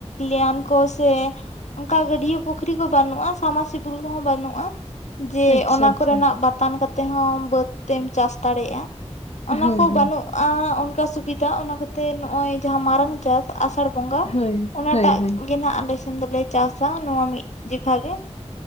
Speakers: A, on the left (about 75°); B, on the left (about 65°).
A: ᱞᱮᱭᱟᱱ ᱠᱚ ᱥᱮ ᱚᱱᱠᱟ ᱜᱟᱹᱰᱭᱟᱹ ᱯᱩᱠᱷᱨᱤ ᱠᱚ ᱵᱟᱹᱱᱩᱜᱼᱟ ᱥᱟᱢᱟᱨᱥ ᱥᱤᱛᱩᱞ ᱠᱚᱦᱚᱸ ᱵᱟᱹᱱᱩᱜ-ᱟ᱾ ᱡᱮ
B: ᱟᱪᱪᱷᱟ
A: ᱚᱱᱟ
B: ᱟᱪᱪᱷᱟ
A: ᱠᱚᱨᱮᱱᱟᱜ ᱵᱟᱛᱟᱱ ᱠᱟᱛᱮᱫ ᱦᱚᱸ ᱵᱟᱹᱫᱽ ᱛᱮᱢ ᱪᱟᱥ ᱫᱟᱲᱮᱭᱟᱜᱼᱟ᱾ ᱚᱱᱟ
B: ᱦᱳᱭ
A: ᱠᱚ
B: ᱦᱳᱭ
A: ᱵᱟᱹᱱᱩᱜ-ᱟ ᱚᱱᱠᱟ ᱥᱩᱵᱤᱫᱷᱟ ᱚᱱᱟᱠᱟᱛᱮ ᱱᱚᱜᱼᱚᱭ ᱡᱟᱦᱟᱸ ᱢᱟᱨᱟᱝ ᱪᱟᱥ ᱟᱥᱟᱲ ᱵᱚᱸᱜᱟ
B: ᱦᱳᱭ
A: ᱚᱱᱟᱴᱟᱜ
B: ᱦᱳᱭ ᱦᱳᱭ
A: ᱜᱮ ᱦᱟᱸᱜ ᱟᱞᱮ ᱥᱮᱱ ᱫᱚᱞᱮ ᱪᱟᱥᱟ ᱱᱚᱣᱟ ᱢᱤᱫ ᱡᱚᱠᱷᱟ ᱜᱮ᱾